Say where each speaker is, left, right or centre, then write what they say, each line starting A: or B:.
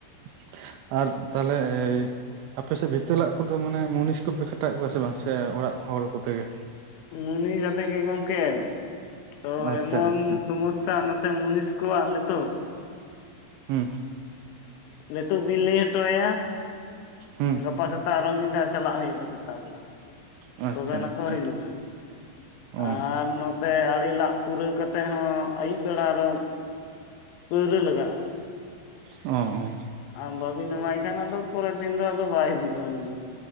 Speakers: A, on the right; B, on the left.
A: ᱾ ᱟᱨ ᱛᱟᱞᱦᱮ ᱟᱯᱮᱥᱮᱫ ᱵᱷᱤᱛᱟᱹ ᱞᱟᱜ ᱠᱚᱫᱚ ᱢᱟᱱᱮ ᱢᱩᱱᱤᱥ ᱠᱚᱯᱮ ᱠᱷᱟᱴᱟᱣᱮᱫ ᱠᱚᱣᱟ ᱥᱮ ᱵᱟᱝ ᱥᱮ ᱚᱲᱟᱜ ᱦᱚᱲ ᱠᱚᱛᱮᱜᱮ?
B: ᱢᱩ ᱥᱟᱛᱮ ᱜᱮ ᱜᱚᱝᱠᱮ ᱛᱚ
A: ᱟᱪᱪᱷᱟ
B: ᱮᱢᱚᱱ
A: ᱟᱪᱪᱷᱟ
B: ᱥᱚᱢᱚᱥᱥᱟ ᱱᱚᱛᱮ ᱢᱩᱱᱤᱥ ᱠᱚᱣᱟᱜ ᱱᱤᱛᱟᱹᱜ ᱾
A: ᱦᱩᱸ,
B: <inaudible> ᱱᱤᱛᱚᱜ ᱵᱤᱱ ᱞᱟᱹᱭ ᱦᱚᱴᱚ ᱟᱭᱟ
A: ᱦᱩᱸ,
B: ᱜᱟᱯᱟ ᱥᱮᱛᱟᱜ ᱟᱨᱚ ᱢᱤᱫ ᱫᱷᱟ ᱪᱟᱞᱟᱜ ᱦᱩᱭᱩᱜᱼᱟ ᱥᱮ ᱛᱟᱜ ᱵᱮᱲᱟ
A: ᱟᱪᱪᱷᱟ
B: ᱛᱚᱵᱮ ᱱᱟᱠᱚ
A: ᱟᱪᱪᱷᱟ
B: ᱦᱤᱡᱩᱜᱼᱟ
A: ᱚ
B: ᱟᱨ ᱱᱚᱛ ᱛᱮ ᱟᱲᱮ ᱞᱟᱜ ᱯᱩᱨᱟᱹᱣ ᱠᱟᱛᱮᱫ ᱦᱚᱸ ᱟᱹᱭᱩᱵ ᱵᱮᱲᱟ ᱟᱨᱚ ᱯᱟᱹᱣᱨᱟᱹ ᱞᱟᱜᱟᱜᱼᱟ ᱾
A: ᱚ ᱚ,
B: ᱟ ᱵᱟᱵᱤᱱ ᱮᱢᱟᱭ ᱠᱷᱟᱱ ᱟᱫᱚ ᱯᱚᱨᱮᱨ ᱫᱤᱱ ᱫᱚ ᱟᱫᱚ ᱵᱟᱭ ᱦᱤᱡᱩᱜᱼᱟᱭ ᱩᱱᱤ ᱫᱚ ᱾